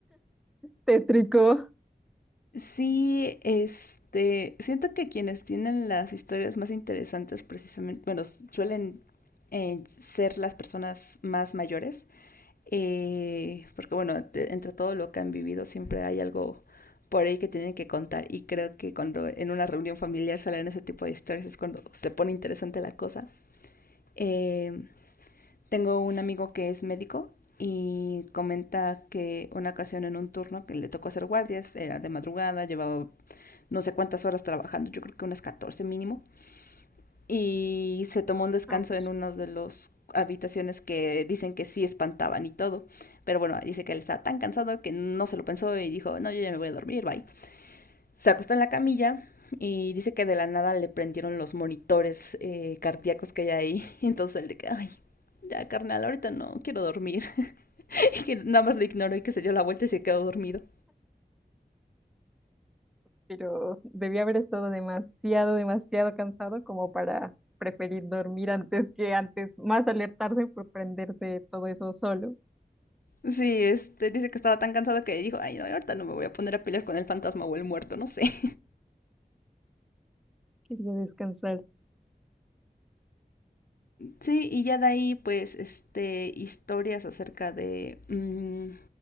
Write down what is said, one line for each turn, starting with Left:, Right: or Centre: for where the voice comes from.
Centre: tétrico.
Left: Sí, este, siento que quienes tienen las historias más interesantes precisamente, bueno, s- suelen eh, ser las personas más mayores, eh, porque bueno, te- entre todo lo que han vivido siempre hay algo por ahí que tienen que contar y creo que cuando en una reunión familiar salen ese tipo de historias es cuando se pone interesante la cosa. Eh, tengo un amigo que es médico y comenta que una ocasión en un turno que le tocó hacer guardias, era de madrugada, llevaba no sé cuántas horas trabajando, yo creo que unas 14 mínimo. Y se tomó un descanso
Centre: Au.
Left: en una de las habitaciones que dicen que sí espantaban y todo. Pero bueno, dice que él estaba tan cansado que no se lo pensó y dijo, no, yo ya me voy a dormir, bye. Se acostó en la camilla y dice que de la nada le prendieron los monitores eh, cardíacos que hay ahí. <laughs> Entonces él de que, ay, ya carnal, ahorita no quiero dormir. <laughs> y que nada más le ignoró y que se dio la vuelta y se quedó dormido.
Centre: Pero debí haber estado demasiado, demasiado cansado como para preferir dormir antes que antes, más alertarse por prenderse todo eso solo.
Left: Sí, este, dice que estaba tan cansado que dijo, ay, no, ahorita no me voy a poner a pelear con el fantasma o el muerto, no sé. <laughs>
Centre: Quería descansar.
Left: Sí, y ya de ahí, pues, este, historias acerca de, mm,